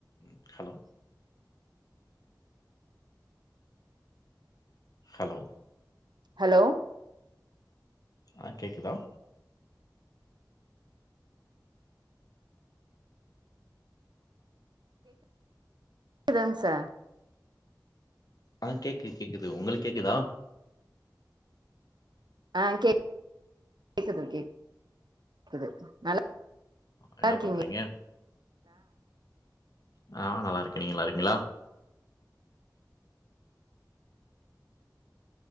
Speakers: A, on the left; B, on the right.
A: ம் hello hello
B: hello
A: ஆ கேக்குதா
B: குதுங் சார்
A: ஆ கேக்குது கேக்குது உங்களுக்கு கேக்குதா
B: ஆ கேக் கேக்குது கேக்குது நல்லா
A: ன்னா
B: இருக்கீங்களா
A: பண்றீங்க நா நல்லா இருக்கே நீங்க நல்லா இருகிங்களா